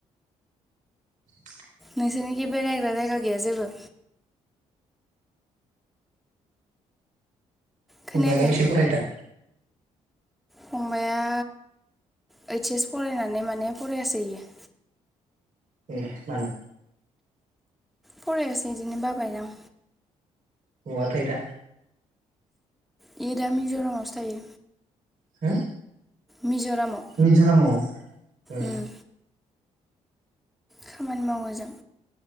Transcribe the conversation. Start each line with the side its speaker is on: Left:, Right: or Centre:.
Right: <inaudible>
Centre: नोंसोरनिखि बेरायग्रा जायगा गैया जेबो? खोनायाखै
Right: फंबायआलाय बेसे फरायो दा?
Centre: फंबाया ओइट एस फरायनानै माने फरायसै इयो।
Right: एह, मानो?
Centre: फरायसै बिदिनो बाबाय दां।
Right: बहा थायो दा?
Centre: इ दा मिज'रामावसो थायो।
Right: हा
Centre: मिज'रामाव
Right: मिजरामआव अह
Centre: उम खामानि मावो ओजों